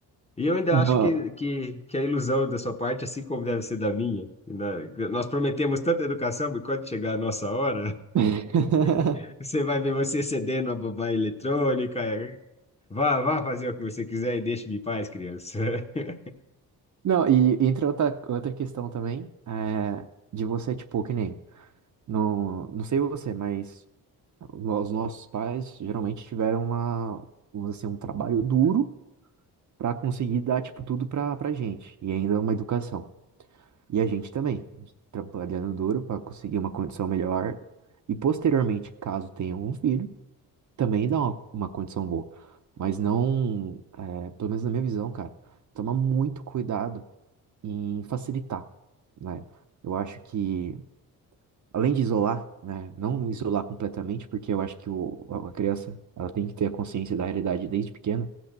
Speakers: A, on the left; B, on the right.
A: E eu ainda
B: Não.
A: acho que, que, que a ilusão da sua parte, assim como deve ser da minha, né? Nós prometemos tanta educação, mas quando chegar a nossa hora,
B: <laughs>
A: <laughs> você vai ver você cedendo a babá eletrônica. é, Vá, vá fazer o que você quiser e deixe-me em paz, criança. <laughs>
B: Não, e entra outra, outra questão também, é, de você, tipo, que nem, não, não sei você, mas os nossos pais geralmente tiveram uma, vamos dizer assim, um trabalho duro para conseguir dar, tipo, tudo pra, pra gente, e ainda uma educação. E a gente também, trabalhando duro para conseguir uma condição melhor. E posteriormente, caso tenha um filho, também dá uma, uma condição boa. Mas não, é, pelo menos na minha visão, cara, tomar muito cuidado em facilitar, né? Eu acho que, além de isolar, né, não isolar completamente, porque eu acho que o, a a criança, ela tem que ter a consciência da realidade desde pequena.